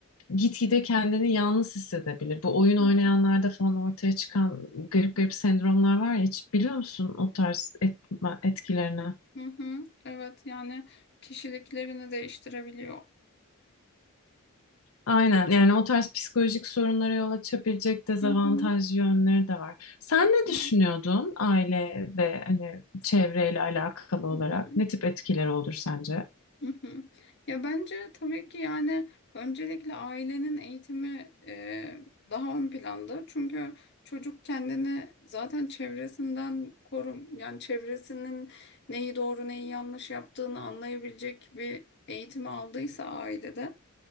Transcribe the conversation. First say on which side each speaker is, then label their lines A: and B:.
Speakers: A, on the left; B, on the left.
A: gitgide kendini yalnız hissedebilir. Bu oyun oynayanlarda
B: hı hı.
A: falan ortaya çıkan garip
B: Hı
A: garip sendromlar var ya hiç biliyor musun o tarz etme- etkilerini?
B: hı. Evet yani kişiliklerini değiştirebiliyor.
A: Aynen yani o tarz psikolojik sorunlara yol açabilecek dezavantajlı
B: Hı hı.
A: yönleri de var. Sen ne
B: Hı
A: düşünüyordun aile ve hani çevreyle alakalı olarak
B: hı.
A: ne tip etkileri olur sence?
B: Hı hı. Ya bence tabii ki yani öncelikle ailenin eğitimi e, daha ön planda. Çünkü çocuk kendini zaten çevresinden korum yani çevresinin neyi doğru neyi yanlış yaptığını anlayabilecek bir eğitimi aldıysa ailede